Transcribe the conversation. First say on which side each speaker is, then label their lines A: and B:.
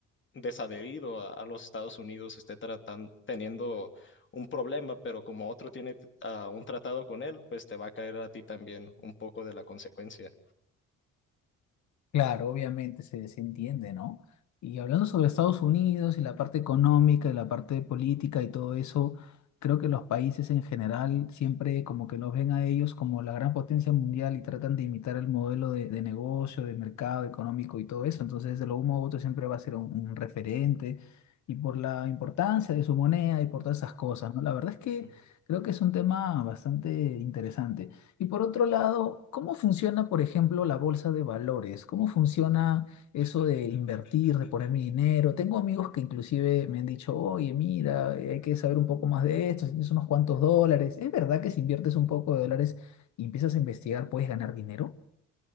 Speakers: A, on the left; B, on the left.
A: desadherido a, a los Estados Unidos esté tratan- teniendo un problema, pero como otro tiene ah, un tratado con él, pues te va a caer a ti también un poco de la consecuencia.
B: Claro, obviamente se desentiende, ¿no? Y hablando sobre Estados Unidos y la parte económica y la parte política y todo eso, creo que los países en general siempre como que los ven a ellos como la gran potencia mundial y tratan de imitar el modelo de, de negocio, de mercado económico y todo eso. Entonces, de lo uno u otro siempre va a ser un, un referente y por la importancia de su moneda y por todas esas cosas, ¿no? La verdad es que
A: Ujú.
B: creo que es un tema bastante interesante. Y por otro lado, ¿cómo funciona, por ejemplo, la bolsa de valores? ¿Cómo funciona eso de invertir, de poner mi dinero? Tengo amigos que inclusive me han dicho, oye, mira, eh, hay que saber un poco más de esto, si tienes unos cuantos dólares. ¿Es verdad que si inviertes un poco de dólares y empiezas a investigar, puedes ganar dinero?